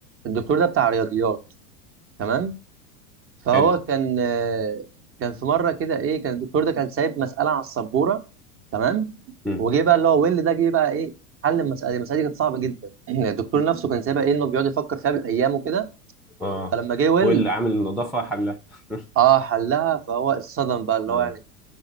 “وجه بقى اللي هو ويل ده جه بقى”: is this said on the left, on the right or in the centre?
Right